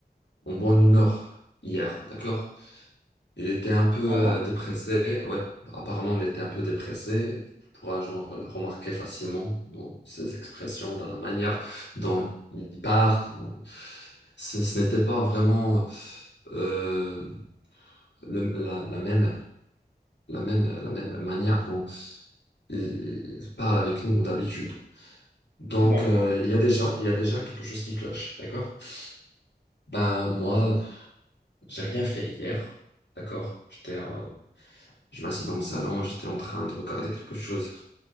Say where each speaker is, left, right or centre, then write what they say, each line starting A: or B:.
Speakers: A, on the left (about 85°); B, on the right (about 55°).
A: en bonne humeur hier d'accord il était un peu
B: Ah bon?
A: euh, dépressé, ouais. Apparemment, il était un peu dépressé. Tu pourras genre la remarquer facilement dans ses expressions, dans la manière dont il parle. dans- Ce, ce n'était pas vraiment euh, le- la, la même, la même, la même manière dont il, il parle avec nous d'habitude. Donc,
B: D'accord.
A: euh, il y a déjà, il y a déjà quelque chose qui cloche, d'accord? Ben, moi, j'ai rien fait hier, d'accord? J'étais euh, Je m'assis dans le salon, j'étais en train de regarder quelque chose